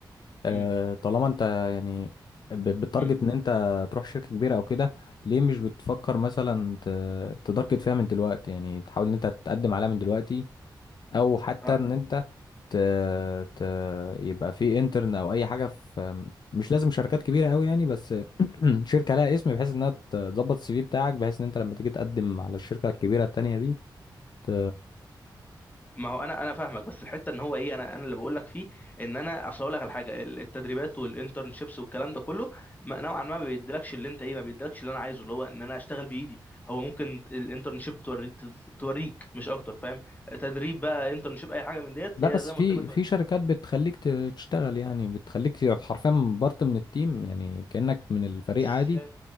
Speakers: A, on the left; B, on the left.
A: آه،
B: امم
A: طالما انت يعني ب- بتتارجت
B: امم
A: ان انت تروح شركة كبيرة او كده ليه مش بتفكر مثلا ت- تتارجت فيها من دلوقتي يعني تحاول ان انت تقدم عليها من دلوقتي او حتى
B: اه
A: ان انت ت... ت... يبقى في انترن او اي حاجه في مش لازم شركات كبيره قوي يعني بس <clears throat> شركه لها اسم بحيث انها تظبط السي في بتاعك بحيث ان انت لما تيجي تقدم على الشركه الكبيره التانيه دي ت...
B: ما هو انا انا فاهمك بس الحته ان هو ايه انا انا اللي بقول لك فيه ان انا اصل اقول لك على حاجه ال- التدريبات والانترنشيبس والكلام ده كله ما- نوعا ما ما بيديلكش اللي انت ايه ما بيديلكش اللي انا عايزه اللي هو ان انا اشتغل بايدي هو ممكن الانترنشيب توري ت- توريك مش اكتر فاهم تدريب بقى انترنشيب اي حاجه من ديت
A: لا
B: هي
A: بس
B: زي
A: في
B: ما قلت لك بتوريك
A: في شركات بتخليك ت- تشتغل يعني بتخليك حرفيا بارت من التيم يعني كانك من الفريق
B: مش
A: عادي